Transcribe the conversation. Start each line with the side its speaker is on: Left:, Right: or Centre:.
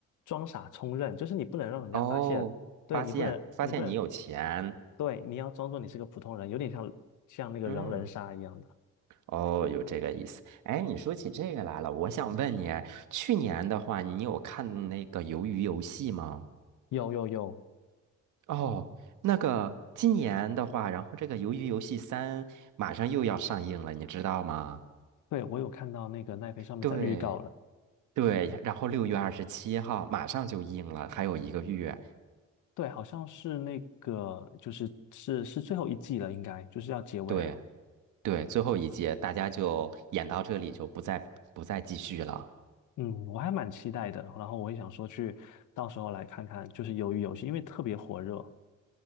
Left: 装傻充愣，就是你不能让人家发现，
Right: 哦，
Left: 对，
Right: 发现发现你有钱，
Left: 你不能，你不能，对，你要装作你是个普通人，有点像像那个狼人杀一样的。
Right: 嗯。哦，有这个意思。哎，你说起这个来了，我想问你，去年的话，你有看那个《鱿鱼游戏》吗？
Left: 有有有，
Right: 哦，那个今年的话，然后这个《鱿鱼游戏三》马上又要上映了，你知道吗？
Left: 对，我有看到那个奈飞上面在预告了，
Right: 对对，然后六月二十七号马上就映了，还有一个月。
Left: 对，好像是那个就是是是最后一季了，应该就是要结尾了。
Right: 对对，最后一届大家就演到这里，就不再不再继续了。
Left: 嗯，我还蛮期待的，然后我也想说去到时候来看看，就是《鱿鱼游戏》，因为特别火热。